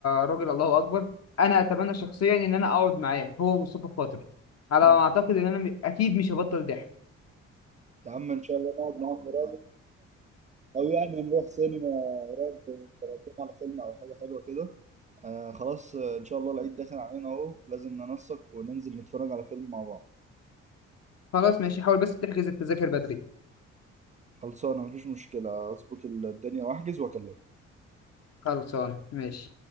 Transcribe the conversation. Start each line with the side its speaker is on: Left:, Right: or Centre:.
Left: راجل الله اكبر انا اتمنى شخصيا ان انا اقعد معاه هو مصطفى خاطر على ما
Right: اه
Left: اعتقد ان انا م- اكيد مش هبطل ضحك
Right: يا عم ان شاء الله نقعد معاهم قريب او يعني نروح سينما قريب نتفرج على فيلم او حاجه حلوه كده آه خلاص آه، ان شاء الله العيد داخل علينا اهو لازم ننسق وننزل نتفرج على فيلم مع بعض
Left: خلاص ماشي حاول بس تحجز التذاكر بدري
Right: خلصانه مفيش مشكله اظبط الدنيا واحجز واكلمك
Left: خلصان ماشي